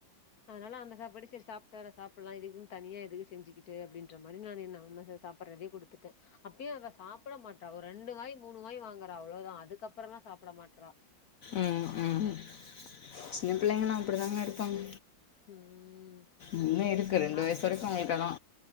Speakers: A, on the left (about 55°); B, on the left (about 75°).
A: அதனால அந்த சாப்பாடே சேரி சாப்ட்டற சாப்புல்லா இதுக்குன்னு தனியா எதுக்கு செஞ்சிக்கிட்டு அப்டின்ற மாரி நானு நம்ம ச சாப் அப்பற அதே குடுத்துட்ட அப்பயு அவ சாப்டமாட்டா ஒரு ரெண்டு வாய் மூணு வாய் வாங்குறா அவ்ளோ தா அதுக்கப்றல்லா சாப்ட மாட்றா
B: ம் ம் சின்ன பிள்ளைங்ல்லா அப்டிதாங்க இருப்பாங்க
A: ம்
B: இன்னோ இருக்கு ரெண்டு
A: அ
B: வயசு வரைக்கு உங்களுக்கு அதா